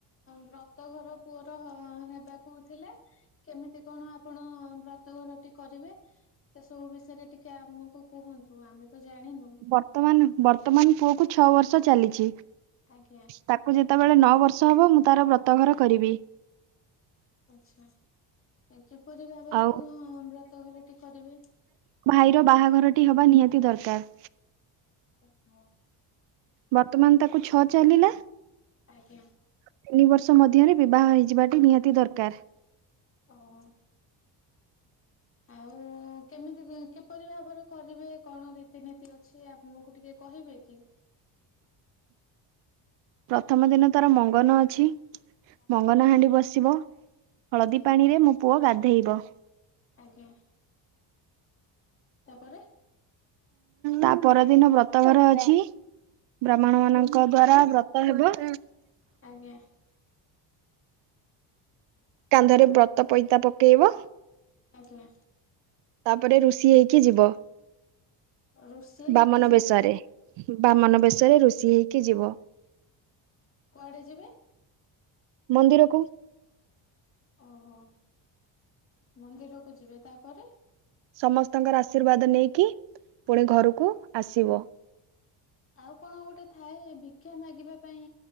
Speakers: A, on the left; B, on the right.
A: ବ୍ରତଘର ପୁଅର ହେବାକୁ ଥିଲା। କେମିତି କଣ ଆପଣ ବ୍ରତଘରଟି କରିବେ। ସେ ସବୁ ବିଷୟରେ ଟିକେ ଆମକୁ କୁହନ୍ତୁ ଆମେ ତ ଜାଣିନୁ।
B: ବର୍ତ୍ତମାନ ବର୍ତ୍ତମାନ ପୁଅ କୁ ଛଅ ବର୍ଷ ଚାଲିଚି।
A: ଆଜ୍ଞା।
B: ତାକୁ ଯେତେବେଳେ ନଅ ବର୍ଷ ହବ ମୁଁ ତାର ବ୍ରତ ଘର କରିବି।
A: ଆଛା ଏ ଏପରି ଭାବେ ଆପଣ
B: ଆଉ
A: ବ୍ରତ ଘରଟି କରିବେ?
B: ଭାଇର ବାହାଘରଟି ହବା ନିହାତି ଦରକାର।
A: ଓଃ!
B: ବର୍ତ୍ତମାନ ତାକୁ ଛଅ ଚାଲିଲା।
A: ଆଜ୍ଞା।
B: ତିନି ବର୍ଷ ମଧ୍ୟରେ ବିବାହ ହେଇଯିବାଟି ନିହାତି ଦରକାର।
A: ଓ ହୋ। ଆଉ ହଁ କେମିତି କି କିପରି ଭାବରେ କରିବେ କଣ ରୀତିନୀତି ଅଛି ଆମକୁ ଟିକେ କହିବେ କି?
B: ପ୍ରଥମ ଦିନ ତାର ମଙ୍ଗନ ଅଛି।
A: ଆଜ୍ଞା
B: ମଙ୍ଗନହାଣ୍ଡି ବସିବ ହଳଦୀ
A: ଆଜ୍ଞା
B: ପାଣିରେ ମୋ ପୁଅ ଗାଧେଇବ।
A: ଆଜ୍ଞା। ତା ପରେ?
B: ତା ପରଦିନ ବ୍ରତଘର ଅଛି ବ୍ରାହ୍ମଣ ମାନଙ୍କ
A: ଆଜ୍ଞା
B: ଦ୍ଵାରା ବ୍ରତ୍ ତ ହେବ।
A: ଆଜ୍ଞା।
B: କାନ୍ଧରେ ବ୍ରତ ପଇତା ପକେଇବ।
A: ଆଜ୍ଞା।
B: ତାପରେ ଋଷି ହେଇକି ଯିବ।
A: ରୋଷେଇ ହେଇକି
B: ବାମନ
A: ଯିବେ
B: ବେଶରେ ବାମନ
A: ଓହୋ
B: ବେଶରେ ଋଷି ହେଇକି ଯିବ।
A: କୁଆଡେ ଯିବେ?
B: ମନ୍ଦିରକୁ।
A: ଓହୋ ମନ୍ଦିରକୁ ଯିବେ ତାପରେ?
B: ସମସ୍ତଙ୍କର ଆଶୀର୍ବାଦ ନେଇକି ପୁଣି ଘରୁକୁ ଆସିବ।
A: ଆଉ କଣ ଗୋଟେ ଥାଏ ଭିକ୍ଷା ମାଗିବା ପାଇଁ